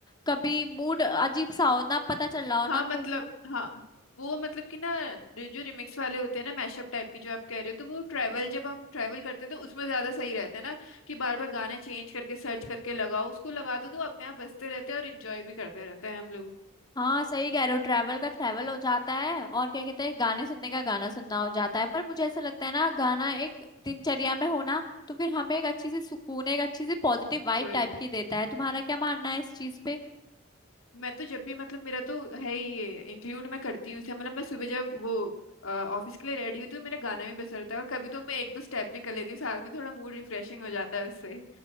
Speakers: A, on the left; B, on the left.
A: कभी मूड अजीब सा हो ना पता चल रहा हो
B: हाँ
A: ना खुश
B: मतलब
A: हो
B: हाँ वो मतलब कि ना जो जो रिमिक्स वाले होते हैं ना मैशअप टाइप के जो आप कह रहे हो तो वो ट्रैवल जब हम ट्रैवल करते हैं तो उसमें ज्यादा सही रहता है ना कि बार बार गाना चेंज करके सर्च करके लगाओ उसको लगा दो तो अपने आप बजते रहते हैं और इंजॉय भी करते रहते हैं हम
A: हाँ सही कह रहे हो ट्रैवल का ट्रैवल हो जाता है और क्या कहते हैं गाने सुनने का गाना सुनना हो जाता है पर मुझे ऐसा लगता है ना गाना एक दिनचर्या में होना तो फिर हमें एक अच्छी सी सुकून एक अच्छी सी पॉजिटिव वाइब
B: लोग
A: टाइप की देता है तुम्हारा क्या मानना है इस चीज पे
B: मैं तो जब भी मतलब मेरा तो है ही ये इंक्लूड मैं करती हूँ इसे मतलब मैं सुबह जब वो ऑफिस के लिए रेडी होती हूँ मेरा गाना भी बज रहता है और कभी तो मैं एक दो स्टेप भी कर लेती हूँ साथ में थोड़ा मूड रिफ्रेशिंग हो जाता है उससे